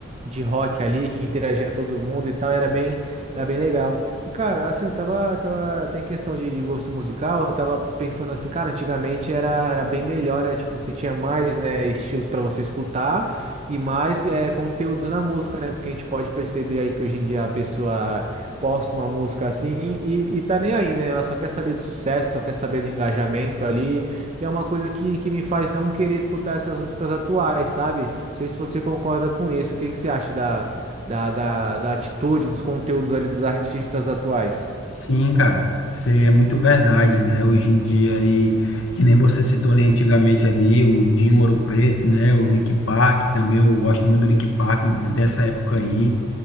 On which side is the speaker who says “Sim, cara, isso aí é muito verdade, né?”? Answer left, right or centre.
Left